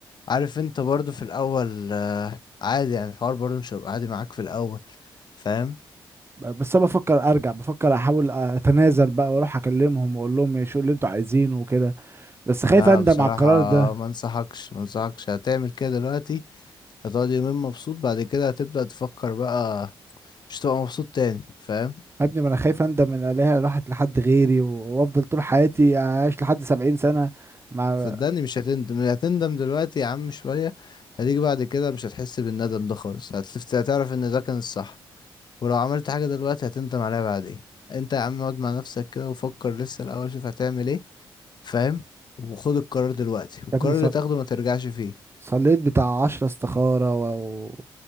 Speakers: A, on the left; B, on the right.
A: عارف انت برضو في الاول آه، عادي يعني الحوار برضو مش هيبقى عادي معاك في الاول فاهم
B: ب- بس انا بفكر ارجع بفكر احاول اتنازل بقى واروح اكلمهم واقول لهم ايه، شو اللي انتوا عايزينه وكده بس خايف
A: لا
B: اندم
A: بصراحة
B: على القرار ده
A: ما انصحكش ما انصحكش هتعمل كده دلوقتي هتقعد يومين مبسوط بعد كده هتبدأ تفكر بقى مش هتبقى مبسوط تاني فاهم
B: يا ابني ما انا خايف اندم ان الاقيها راحت لحد غيري و- وافضل طول حياتي اعيش لحد 70 سنه مع
A: صدقني مش هتندم هتندم دلوقتي يا عم شوية هتيجي بعد كده مش هتحس بالندم ده خالص هتفت... هتعرف ان ده كان الصح ولو عملت حاجة دلوقتي هتندم عليها بعدين انت يا عم اقعد مع نفسك كده وفكر لسه الاول شوف هتعمل ايه فاهم وخد القرار دلوقتي والقرار
B: يا ابني
A: اللي تاخده ما ترجعش فيه
B: صليت بتاع عشرة استخارة و... و...